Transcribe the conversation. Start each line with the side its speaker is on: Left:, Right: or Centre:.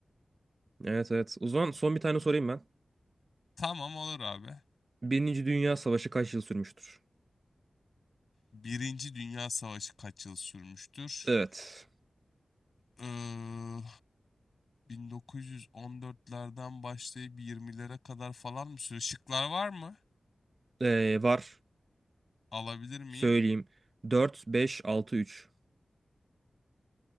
Right: Evet evet. O zaman son bir tane sorayım ben.
Left: Tamam olur abi.
Right: Birinci Dünya Savaşı kaç yıl sürmüştür?
Left: Birinci Dünya Savaşı kaç yıl sürmüştür?
Right: Evet.
Left: Ee, 1914'lerden başlayıp 20'lere kadar falan mı sürüyor? Şıklar var mı?
Right: Ee, var.
Left: Alabilir miyim?
Right: Söyleyeyim. dört beş altı üç